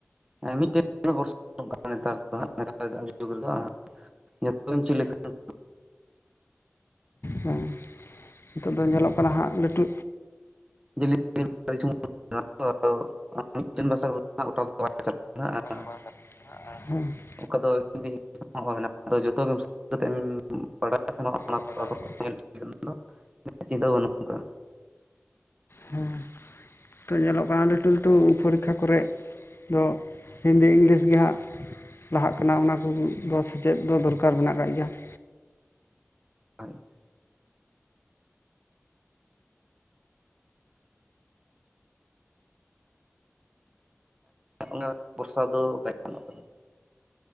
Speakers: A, on the right (about 20°); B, on the left (about 55°).
A: <unintelligible> <unintelligible>
B: ᱦᱮᱸ, ᱱᱤᱛᱳᱜ ᱫᱚ ᱧᱮᱞᱚᱜ ᱠᱟᱱᱟ ᱦᱟᱸᱜ ᱞᱟᱹᱴᱩ
A: <unintelligible> <unintelligible>
B: <unintelligible>
A: <unintelligible> <unintelligible>
B: <unintelligible>
A: <unintelligible> ᱪᱤᱱᱛᱟᱹ ᱵᱟᱹᱱᱩᱜ ᱟᱠᱟᱫᱟ
B: ᱦᱮᱸ, ᱱᱤᱛᱚᱜ ᱛᱚ ᱧᱮᱞᱚᱜ ᱠᱟᱱᱟ ᱞᱟᱹᱴᱩ ᱞᱟᱹᱴᱩ ᱯᱚᱨᱤᱠᱠᱷᱟ ᱠᱚᱨᱮᱜ ᱫᱚ ᱦᱤᱱᱫᱤ ᱤᱝᱞᱤᱥ ᱜᱮ ᱦᱟᱸᱜ ᱞᱟᱦᱟᱜ ᱠᱟᱱᱟ, ᱚᱱᱟ ᱠᱚᱫᱚ ᱥᱮᱪᱮᱫ ᱫᱚ ᱫᱚᱨᱠᱟᱨ ᱢᱮᱱᱟᱜ ᱟᱠᱟᱫ ᱜᱮᱭᱟ ᱾
A: <unintelligible> ᱚᱱᱟ ᱵᱚᱨᱥᱟ ᱫᱚ ᱵᱟᱭ ᱜᱟᱱᱚᱜ ᱠᱟᱱᱟ ᱾